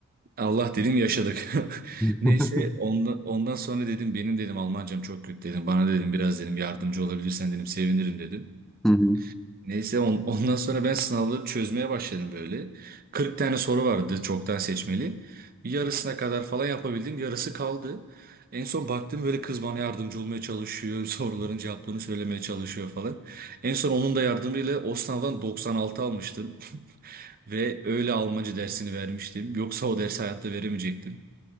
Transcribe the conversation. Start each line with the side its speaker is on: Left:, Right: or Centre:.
Right: Allah dedim yaşadık.
Centre: <laughs>
Right: <laughs> Neyse ondan, ondan sonra dedim benim dedim Almancam çok kötü dedim. Bana dedim biraz dedim yardımcı olabilirsen dedim sevinirim dedim.
Centre: Hı hı.
Right: Neyse on- ondan sonra ben sınavları çözmeye başladım böyle. 40 tane soru vardı çoktan seçmeli. Yarısına kadar falan yapabildim. Yarısı kaldı. En son baktım böyle kız bana yardımcı olmaya çalışıyor. <laughs> Soruların cevaplarını söylemeye çalışıyor falan. En son onun da yardımıyla o sınavdan 96 almıştım. <laughs> Ve öyle Almanca dersini vermiştim. Yoksa o dersi hayatta veremeyecektim.